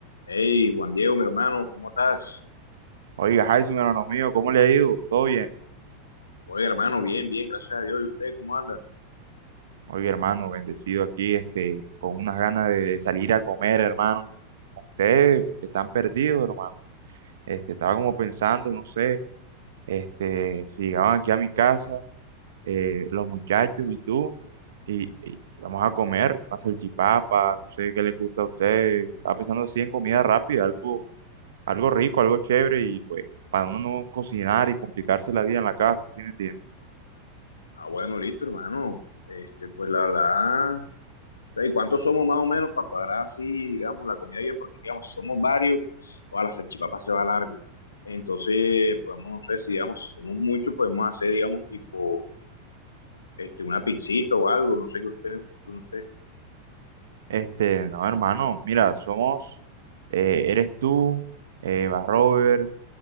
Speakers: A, on the left; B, on the right.
A: Hey, Juan Diego, mi hermano, ¿cómo estás?
B: Oiga, Jason, hermano mío, ¿cómo le ha ido? ¿Todo bien?
A: Oye, hermano, bien, bien, gracias a Dios. ¿Y usted cómo anda?
B: Oiga, hermano, bendecido aquí, este, con unas ganas de, de salir a comer, hermano, con ustedes, porque están perdidos, hermano. Este, estaba como pensando, no sé, este, si llegaban aquí a mi casa, eh, los muchachos y tú, y, y vamos a comer una salchipapa, no sé qué les gusta a ustedes. Estaba pensando así en comida rápida, algo, algo rico, algo chévere, y pues, para uno no cocinar y complicarse la vida en la casa, ¿sí me entiendes?
A: Ah, bueno, listo, hermano. Este, pues la verdad, ¿y cuántos somos más o menos para cuadrar así, digamos, la comida bien? Porque, digamos, somos varios, o a la salchipapa se va largo. Entonces, podemos, no sé, si digamos, si somos muchos, podemos hacer, digamos, tipo, este, una pizzita o algo, no sé qué usted, qué usted,
B: Este, no, hermano, mira, somos, eh, eres tú, eh, va Robert,